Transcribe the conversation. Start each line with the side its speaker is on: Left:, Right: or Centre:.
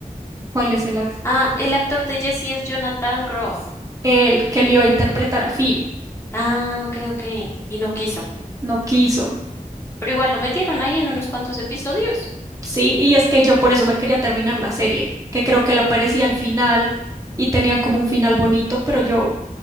Right: cuál es el actor,
Left: Ah, el actor de Jesse es Jonathan Groff.
Right: el que le iba a interpretar a Finn,
Left: Ah, ok, ok. Y no quiso.
Right: no quiso.
Left: Pero igual lo metieron ahí en unos cuantos episodios.
Right: Sí, y es que yo por eso me quería terminar la serie, que creo que la aparecía al final y tenían como un final bonito, pero yo